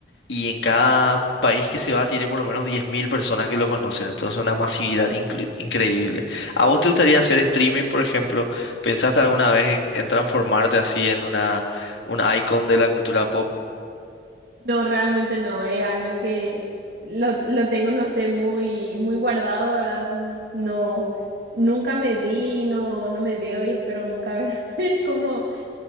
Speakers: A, on the left; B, on the right.
A: y en cada país que se va tiene por lo menos 10.000 personas que lo conocen, entonces una masividad incre- increíble. ¿A vos te gustaría hacer streaming, por ejemplo? ¿Pensaste alguna vez en, en transformarte así en una, un icon de la cultura pop?
B: No, realmente no, es algo que lo, lo tengo, no sé, muy, muy guardado, ¿verdad? Mm, No, nunca me vi y no, no me veo y espero nunca ver <laughs> como